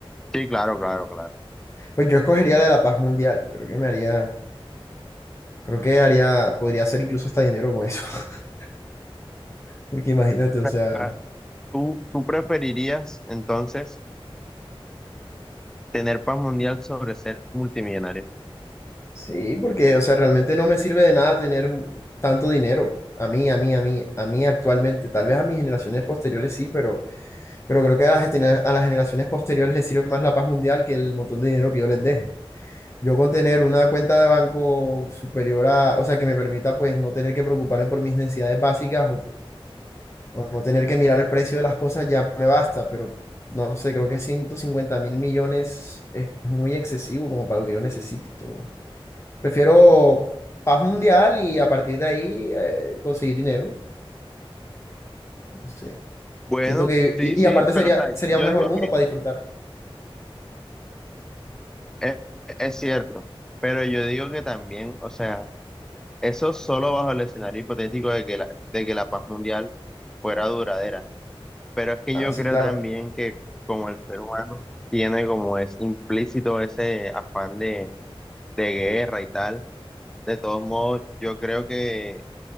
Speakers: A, in the centre; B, on the left.
A: Sí, claro, claro, claro.
B: Pues yo escogería la de la paz mundial. Creo que me haría, creo que haría, podría hacer incluso hasta dinero con eso. <laughs> Porque imagínate,
A: O sea,
B: o sea,
A: ah, ¿tú, tú preferirías entonces tener paz mundial sobre ser multimillonario?
B: sí, porque, o sea, realmente no me sirve de nada tener tanto dinero. A mí, a mí, a mí, a mí actualmente, tal vez a mis generaciones posteriores sí, pero, pero creo que a las, gener- a las generaciones posteriores les sirve más la paz mundial que el montón de dinero que yo les deje. Yo con tener una cuenta de banco superior a, o sea, que me permita pues no tener que preocuparme por mis necesidades básicas o, o no tener que mirar el precio de las cosas ya me basta, pero no sé, creo que ciento cincuenta mil millones es muy excesivo como para lo que yo necesito. Prefiero paz mundial y a partir de ahí eh, conseguir dinero, no sé.
A: Bueno,
B: Siento que,
A: sí,
B: y,
A: sí,
B: y aparte
A: pero
B: sería,
A: o sea,
B: sería
A: yo
B: un mejor
A: digo
B: mundo
A: que
B: para disfrutar.
A: es, es cierto, pero yo digo que también, o sea, Eso solo bajo el escenario hipotético de que la, de que la paz mundial fuera duradera. Pero es que
B: Así,
A: yo creo
B: claro.
A: también que como el ser humano tiene como es implícito ese afán de, de guerra y tal, de todos modos, yo creo que